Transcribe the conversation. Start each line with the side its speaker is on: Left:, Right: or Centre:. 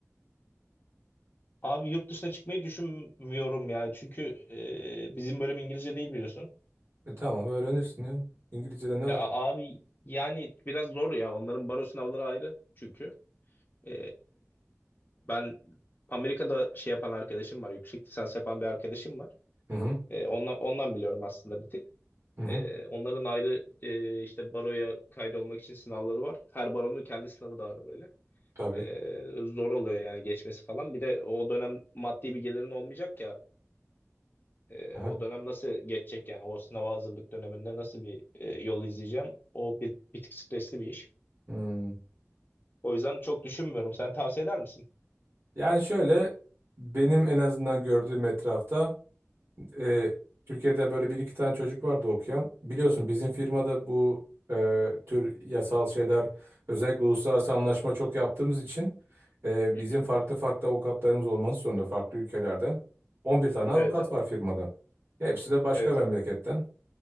Left: Abi yurt dışına çıkmayı düşünmüyorum ya. Çünkü e, bizim bölüm İngilizce değil biliyorsun.
Right: E tamam öğrenirsin. ya. İngilizce'de ne
Left: E,
Right: var?
Left: a- abi yani biraz zor ya. Onların baro sınavları ayrı çünkü. E, ben Amerika'da şey yapan arkadaşım var. Yüksek lisans yapan bir arkadaşım var.
Right: Hı hı.
Left: E, ondan, ondan biliyorum aslında bir tık.
Right: Hı hı.
Left: E, onların ayrı e, işte baroya kaydolmak için sınavları var. Her baronun kendi sınavı da var böyle.
Right: Tabii.
Left: E, zor oluyor yani geçmesi falan. Bir de o dönem maddi bir gelirin olmayacak ya. E,
Right: Aha.
Left: o dönem nasıl geçecek yani? O sınava hazırlık döneminde nasıl bir e, yol izleyeceğim? O bir, bir tık stresli bir iş.
Right: Hmm.
Left: O yüzden çok düşünmüyorum. Sen tavsiye eder misin?
Right: Yani şöyle benim en azından gördüğüm etrafta e, Türkiye'de böyle bir iki tane çocuk vardı okuyan. Biliyorsun bizim firmada bu e, tür yasal şeyler özellikle uluslararası anlaşma çok yaptığımız için e,
Left: Hı
Right: bizim
Left: hı.
Right: farklı farklı avukatlarımız olması zorunda farklı ülkelerden. on bir tane avukat
Left: Evet abi.
Right: var firmada. Hepsi de başka
Left: Evet
Right: memleketten.
Left: abi.